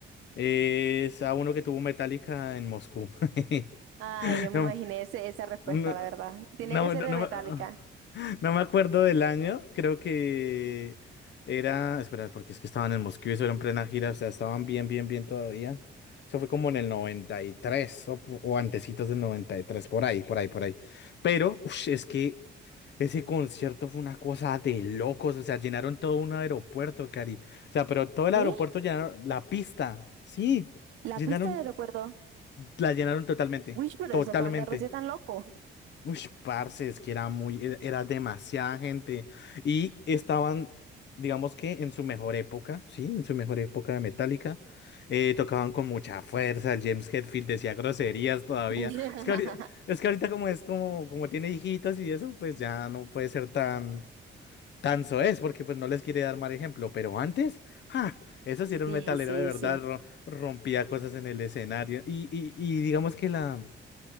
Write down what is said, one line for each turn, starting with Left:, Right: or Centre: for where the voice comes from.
Left: es a uno que tuvo Metallica en Moscú. <laughs>
Right: Ay, yo me
Left: No,
Right: imaginé ese- esa respuesta,
Left: No,
Right: la verdad. Tenía
Left: no,
Right: que ser
Left: no,
Right: de
Left: no
Right: Metallica.
Left: me no me acuerdo del año, creo que era, espera, porque es que estaban en Moscú y eso era en plena gira, o sea, estaban bien, bien, bien todavía. Eso fue como en el 93 o, po- o antecitos del noventa y tres por ahí, por ahí, por ahí. Pero, ush, es que ese concierto fue una cosa de locos, o sea, llenaron todo un aeropuerto, Cari. O sea, pero todo el
Right: ¿Qué?
Left: aeropuerto llenaron, la pista, sí,
Right: La
Left: llenaron,
Right: pista del aeropuerto.
Left: la llenaron totalmente,
Right: Uy, pero
Left: totalmente.
Right: esos fans de Rosy tan loco.
Left: Uy, parce, es que era muy, era, era demasiada gente. Y estaban, digamos que en su mejor época, sí, en su mejor época de Metallica, eh, tocaban con mucha fuerza. El James Hetfield decía groserías todavía.
Right: <laughs>
Left: Es que ahorita, es que ahorita como es como, como tiene hijitos y eso, pues ya no puede ser tan, tan soez, porque pues no les quiere dar mal ejemplo. Pero antes, ¡ja! Eso sí era
Right: Sí,
Left: un metalero
Right: sí,
Left: de verdad,
Right: sí.
Left: ro- rompía cosas en el escenario. Y, y, y digamos que la.